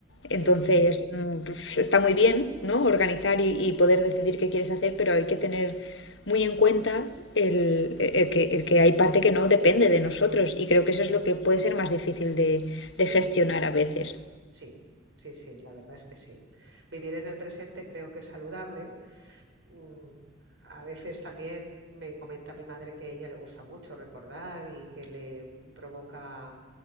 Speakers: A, on the right (about 90°); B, on the left (about 80°).
A: sí,
B: Entonces, mm, pues, está muy bien, ¿no? Organizar y, y poder decidir qué quieres hacer, pero hay que tener muy en cuenta el, el que, el que hay parte que no depende de nosotros y creo que eso es lo que puede ser más difícil de,
A: sí,
B: de gestionar a veces.
A: sí, sí, sí, la verdad es que sí. Vivir en el presente creo que es saludable. Mm, A veces también me comenta mi madre que a ella le gusta mucho recordar y que le provoca